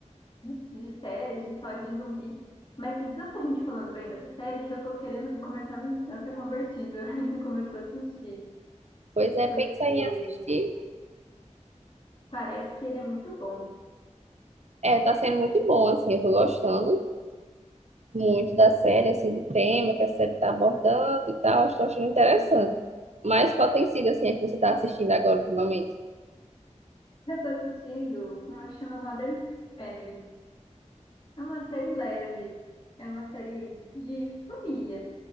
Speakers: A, on the left; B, on the right.
A: de, de séries, de histórias de zumbi, mas tem tanta gente falando bem dessa série que eu tô querendo começar a ser convertida <laughs> e começar a assistir,
B: Pois é,
A: porque
B: pensa em assistir.
A: parece que ele é muito bom.
B: É, tá sendo muito bom, assim, eu tô gostando muito da série, assim, do tema que a série tá abordando e tal. Estou achando interessante. Mas qual tem sido, assim, a que você tá assistindo agora ultimamente?
A: Eu tô assistindo uma que chama Modern Family. É uma série leve, é uma série de família,